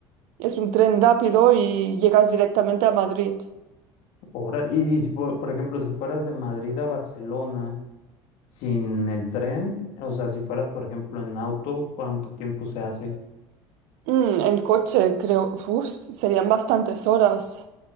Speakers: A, on the right; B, on the left.
A: Es un tren rápido y llegas directamente a Madrid.
B: Órale, Y, y si por, por ejemplo, si fueras de Madrid a Barcelona sin el tren, o sea, si fueras, por ejemplo, en auto, ¿cuánto tiempo se hace?
A: Mm, en coche, creo, uf, serían bastantes horas.